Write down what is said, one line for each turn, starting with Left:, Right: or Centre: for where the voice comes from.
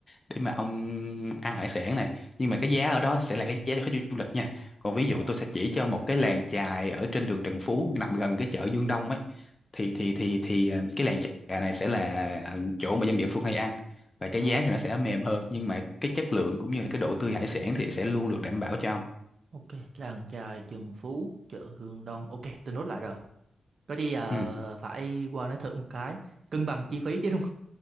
Left: để mà ông ăn hải sản này nhưng mà cái giá ở đó sẽ là cái giá cho khách du lịch nha còn ví
Right: ờ
Left: dụ tôi sẽ chỉ cho ông một cái làng chài ở trên đường Trần Phú nằm gần cái chợ Dương Đông ấy thì thì thì thì ờ, cái làng chài này sẽ là chỗ mà dân địa phương hay ăn và cái
Right: ờ
Left: giá thì nó sẽ mềm hơn nhưng mà cái chất lượng cũng như là cái độ tươi hải sản thì sẽ luôn được đảm bảo cho ông
Right: ok làng chài Trần Phú chợ Hương Đông ok tôi nốt lại rồi có gì à,
Left: ừ,
Right: phải qua nó thử một cái cân bằng chi phí chứ